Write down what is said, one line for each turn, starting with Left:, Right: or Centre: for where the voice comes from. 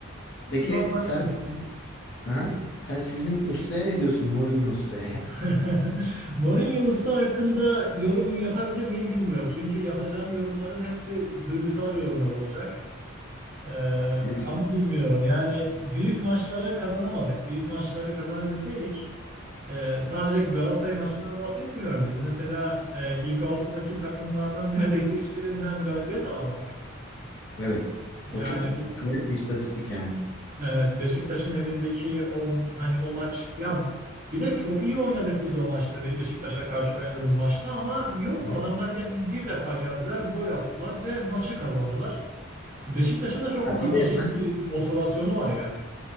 Right: Ya,
Left: Peki
Right: ba- bakacağız.
Left: sen siz, Aha. sen sizin ustaya ne diyorsun Mourinho ustaya? <laughs>
Right: <laughs> Mourinho Usta hakkında yorum yapabilir miyim bilmiyorum. Çünkü yapacağım yorumların hepsi duygusal yorumlar olacak. Ee,
Left: ya?
Right: ama bilmiyorum. Yani büyük maçları kazanamadık. Büyük maçları kazanabilseydik Ee, sadece Galatasaray maçından bahsetmiyorum. Biz mesela e, ilk altıdaki takımlardan <laughs> neredeyse hiçbirinden galibiyet alamadık.
Left: Evet.
Right: Yani
Left: O çok
Right: o,
Left: garip bir istatistik yani.
Right: evet Beşiktaş'ın evindeki o hani o maç ya bir de çok iyi oynadık biz o maçta Be- Beşiktaş'a karşı oynadığımız maçta ama yok
Left: Hı.
Right: adamlar gel- bir defa geldiler gol attılar ve maçı kazandılar. Beşiktaş'ın da çok
Left: Ya
Right: a-
Left: bir de
Right: acayip
Left: hani
Right: bir motivasyonu var yani.